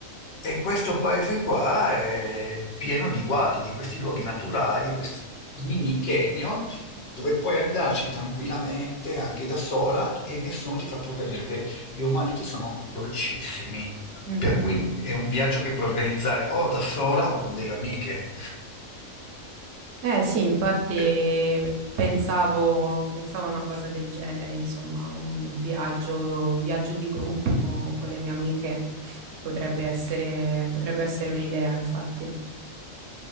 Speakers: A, on the left; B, on the right.
A: e questo paese qua è pieno di guadi, di questi luoghi naturali, questi mini canyon, dove puoi andarci tranquillamente anche da sola e nessuno ti fa problemi perché gli umaniti sono dolcissimi.
B: Mhm.
A: Per cui è un viaggio che puoi organizzare o da sola o con delle amiche.
B: Eh sì, infatti eh,
A: E
B: pensavo, pensavo a una cosa del genere, insomma, un, un viaggio, un viaggio di gruppo con, con le mie amiche potrebbe essere, potrebbe essere un'idea, infatti.